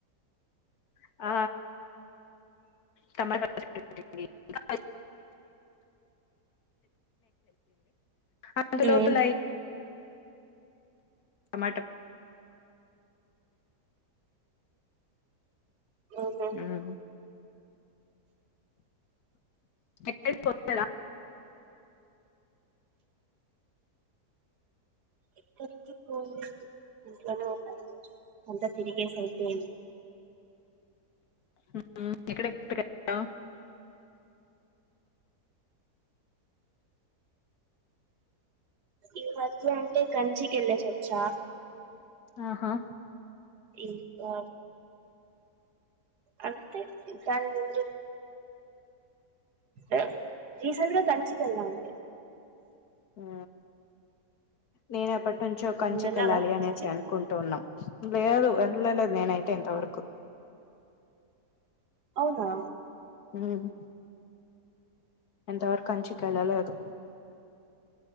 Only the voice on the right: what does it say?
మ్మ్
ఊహూ
ఇక్కడికి పోయేది ఇంట్లోనే ఉండండి అంతా తిరిగేసి అయిపోయింది
ఈమధ్య అంటే కంచికి వెళ్ళేసొచ్చా
ఇంకా అంతే దాని ముందు ఆ రీసెంట్గా కంచికెల్లా అంతే
నువ్వు వెళ్ళావా కంచికి
అవునా